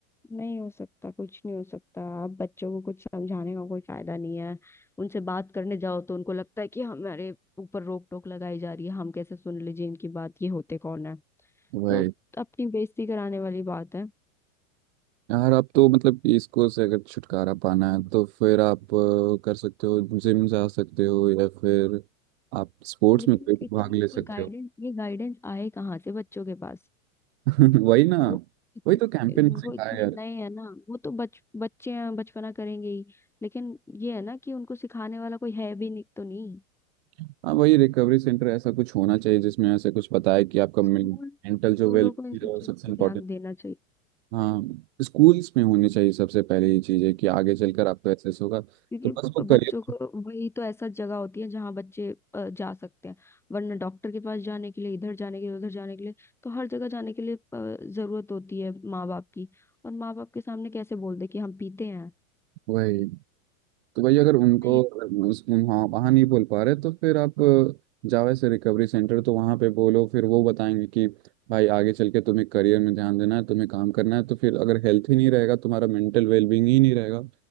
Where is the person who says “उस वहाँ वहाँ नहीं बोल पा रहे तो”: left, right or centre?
Right